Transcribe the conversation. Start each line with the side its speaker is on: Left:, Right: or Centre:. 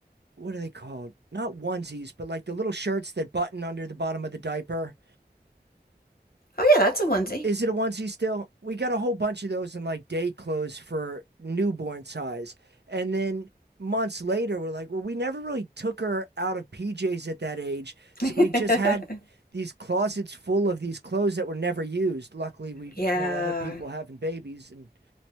Right: what are they called? Not onesies, but like the little shirts that button under the bottom of the diaper.
Left: Oh, yeah, that's a onesie.
Right: Is it a onesie still? We got a whole bunch of those in like day clothes for newborn size. And then months later, we're like, well, we never really took her out of PJs at that age. So
Left: <laughs>
Right: we just had these closets full of these clothes that were never used. Luckily, we
Left: Yeah.
Right: know other people having babies and